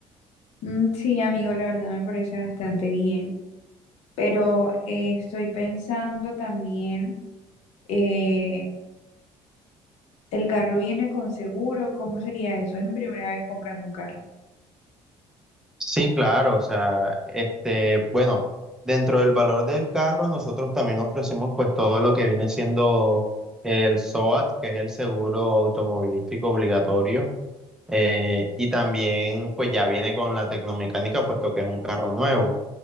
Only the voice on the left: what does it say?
Mm, sí, amigo, la verdad me parece bastante bien. pero eh, estoy pensando también, eh, ¿el carro viene con seguro? ¿Cómo sería eso? Es mi primera vez comprando un carro.